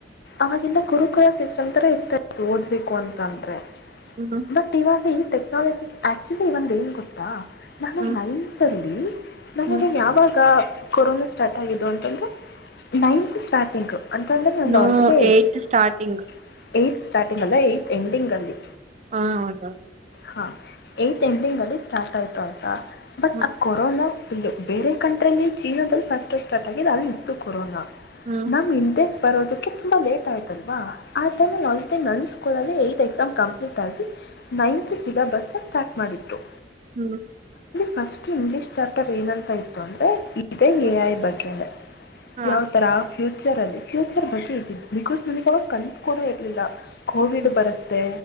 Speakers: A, on the left; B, on the right.
A: ಅವಾಗೆಲ್ಲ ಗುರುಕುಲ ಸಿಸ್ಟಮ್ ತರ ಇರ್ತಾತ್ತು ಓದ್ಬೇಕು ಅಂತ ಅಂದ್ರೆ
B: ಹ್ಮ್
A: ಬಟ್ ಇವಾಗ ಟೆಕ್ನಾಲಜಿ ಆಕ್ಚುಲಿ ಇವಾಗ ಏನ್ ಏನ್ ಗೊತ್ತಾ ನಾನು
B: ಹ್ಮ್
A: ನೈನ್ತ್ ಅಲ್ಲಿ ನನಗೆ
B: ಹ್ಮ್
A: ಯಾವಾಗ ಕೊರೋನಾ ಸ್ಟಾರ್ಟ್ ಆಗಿದ್ದು ಅಂತಂದ್ರೆ ನೈನ್ತ್ ಸ್ಟಾರ್ಟಿಂಗ್ ಅಂತಂದ್ರೆ ನಂದು
B: ನೋ
A: ಆಲ್ರೆಡಿ
B: ಏತ್ ಸ್ಟಾರ್ಟಿಂಗ್
A: ಸ್ಟಾರ್ಟಿಂಗ್ ಅಲ್ಲ ಎಂಡಿಂಗ್ ಅಲ್ಲಿ
B: ಹಾ ಹೌದೌದು
A: ಹಾ ಏಟ್ ಎಂಡಿಂಗಲ್ಲಿ ಸ್ಟಾರ್ಟ್ ಆಯ್ತು ಅಂತ ಬಟ್
B: ಹ್ಮ್
A: ಆ ಕೊರೋನಾ ಫು ಬೇರೆ ಕಂಟ್ರಿಲ್ಲಿ ಚೀನಲ್ಲಿ ಫಸ್ಟ್ ಸ್ಟಾರ್ಟ್ ಆಗಿದೆ ಅಲ್ಲಿ ಇತ್ತು ಕೊರೋನಾ
B: ಹ್ಮ್
A: ನಮ್ ಇಂಡೆ ಬರೋದಕ್ಕೆ ತುಂಬ ಲೇಟ್ ಆಯತಲ್ವ ಆ ಟೈಮಲ್ಲಿ ಆಲ್ರೆಡಿ ನನ್ಸ್ಕೊಳ್ಳದೆ ಯತ್ ಎಕ್ಸಾಮ್ ಕಂಪ್ಲೀಟಾಗಿ ನೈನ್ತ್ ಸಿಲಾ ಬಸ್ನ ಸ್ಟಾರ್ಟ್ ಮಾಡಿದ್ರು
B: ಹ್ಮ್
A: ಫಸ್ಟ್ ಇಂಗ್ಲಿಷ್ ಚಾಪ್ಟರ್ ಏನಂತ ಇತ್ತು ಅಂದ್ರೆ ಎ
B: ಹ್ಮ್
A: ಐ ಬಗ್ಗೆ
B: ಹಾ
A: ಯಾವ ತರ ಫ್ಯೂಚರ್ ಅಲ್ಲಿ ಫ್ಯೂಚರ್ ಬಗ್ಗೆ ಇದ್ದಿದ್ದು ಬಿಕಾಸ್ ನಮಗೆ ಅವಾಗ ಕನಸಕೂಡ ಇರಲಿಲ್ಲ ಕೋವಿಡ್
B: ಹ್ಮ್
A: ಬರುತ್ತೆ